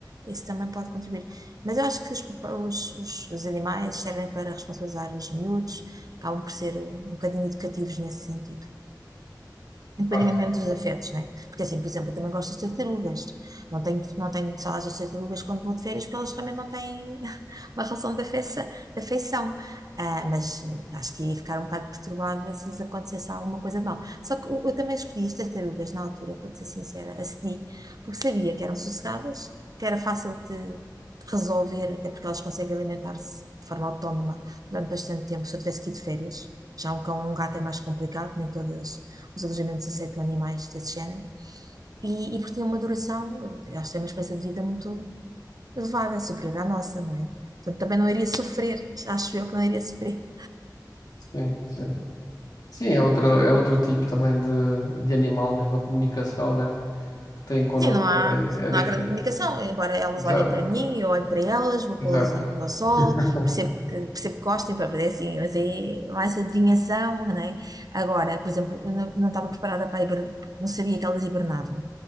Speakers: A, on the right; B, on the left.
A: isso também pode contribuir. Mas eu acho que os, os, os, os animais servem para responsabilizar os miúdos, acabam por ser um bocadinho educativos nesse sentido independentemente
B: Ah, sim,
A: dos afetos, né? Porque assim, por exemplo, eu também gosto das tartarugas. Não tenho, não tenho salas das tartarugas quando vou de férias, porque elas realmente não têm <laughs> uma relação de afeça- de afeição. Ah, mas eh, acho que ia ficar um bocado perturbada se lhes acontecesse alguma coisa de mal. Só que eu, eu também escolhi as tartarugas na altura, para te ser sincera, acedi, porque sabia que eram sossegadas, que era fácil de resolver, até porque elas conseguem alimentar-se de forma autónoma durante bastante tempo. Se eu tivesse que ir de férias, já um cão ou um gato é mais complicado, nem todas os alojamentos aceitam animais desse género, e, e porque tinha uma duração, elas têm uma esperança de vida muito elevada, superior à nossa, não é? Portanto, também não iria sofrer, <laughs> acho eu que não iria sofrer.
B: sim. Sim, Sim, é outro, é outro tipo também de, de animal, mesmo a comunicação, né, que tem connosco
A: Sim, não há,
B: é, é
A: não
B: diferente.
A: há grande comunicação, embora elas
B: Exato.
A: olhem para mim, eu olho para elas, vou pô-las
B: Exato.
A: ao, ao sol,
B: <laughs>
A: percebo que, percebo que gostem, pá, é assim, mas é mais adivinhação, não é? Agora, por exemplo, eu não, não estava preparada para hibernar, porque não sabia que elas hibernavam.